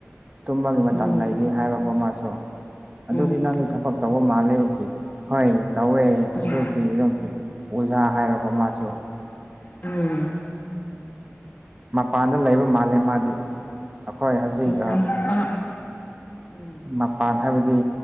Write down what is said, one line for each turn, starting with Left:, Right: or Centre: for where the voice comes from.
Right: ꯇꯨꯝꯃꯒꯤ ꯃꯇꯝ
Left: ꯎꯝ
Right: ꯂꯩꯔꯤ ꯍꯥꯏꯔꯛꯄ ꯑꯃꯁꯁꯨ ꯑꯗꯨꯗꯤ
Left: ꯎꯝ
Right: ꯅꯪꯗꯤ ꯊꯕꯛ ꯇꯧꯕ ꯃꯥꯜꯂꯦ ꯍꯣꯏ ꯇꯧꯋꯦ
Left: ꯎꯝ
Right: ꯑꯗꯨ ꯀꯩꯅꯣꯒꯤ ꯑꯣꯖꯥ ꯍꯥꯏꯔꯕ ꯃꯥꯁꯨ
Left: ꯎꯝ
Right: ꯃꯄꯥꯟꯗ ꯂꯩꯕ ꯃꯥꯜꯜꯂꯤꯦ ꯃꯥꯗꯤ ꯑꯩꯈꯣꯏ ꯍꯧꯖꯤꯛ
Left: ꯑꯣ ꯑꯥ ꯎꯝ
Right: ꯃꯄꯥꯟ ꯍꯥꯏꯕꯗꯤ